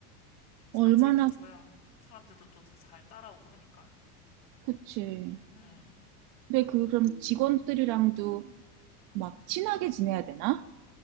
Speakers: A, on the left; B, on the right.
A: 잘
B: 얼마나,
A: 챙겨줘야 사람들도 또 잘 따라오고 하니까.
B: 그치.
A: 음.
B: 근데 그, 그럼 직원들이랑도 막 친하게 지내야 되나?